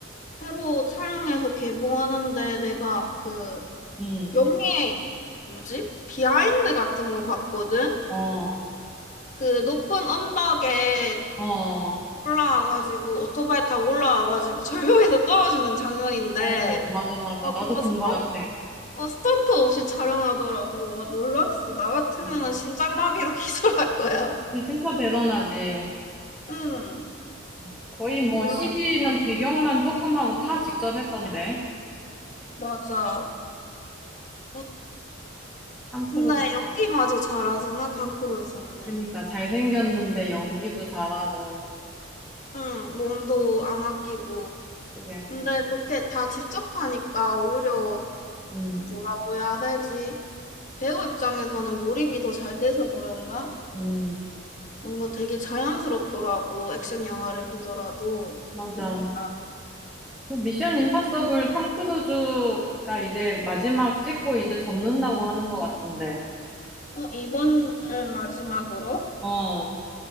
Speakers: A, on the left (about 40°); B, in the centre.
A: 새로 촬영해서 개봉하는데 내가 그
B: 음.
A: 영리의 뭐지? 비하인드 같은 거 봤거든?
B: 어,
A: 그 높은 언덕에
B: 어,
A: 올라와가지고 오토바이 타고 올라와가지고 절벽에서 떨어지는 장면인데
B: 어, 맞아, 맞아.
A: 와
B: 나도
A: 그거
B: 본
A: 스턴,
B: 것 같아.
A: 어, 스턴트 없이 촬영하더라고. 와 놀랐어. 나 같으면은
B: 음.
A: 심장마비로 <laughs> 기절할 거야.
B: 근데 진짜 대단하지.
A: 응.
B: 음. 거의
A: 음,
B: 뭐
A: 물론,
B: CG는
A: 응.
B: 배경만 조금 하고 다 직접 했던데.
A: 맞아. 뭐,
B: 탐크루즈.
A: 근데 연기마저 잘하잖아, 탕크루즈는.
B: 그니까 잘생겼는데 연기도 잘하고.
A: 응, 몸도 안 아끼고.
B: 그게,
A: 근데 그렇게 다 직접 하니까 오히려
B: 음,
A: 그 뭐라고 해야 되지? 배우 입장에서는 몰입이 더 잘 돼서 그런가?
B: 음,
A: 뭔가 되게 자연스럽더라고, 액션 영화를 보더라도.
B: 맞아.
A: 연기가.
B: 그 미션 임파서블 탐크루즈가 이제 마지막 찍고 이제 접는다고 하는 것 같은데.
A: 어, 이번을 마지막으로?
B: 어,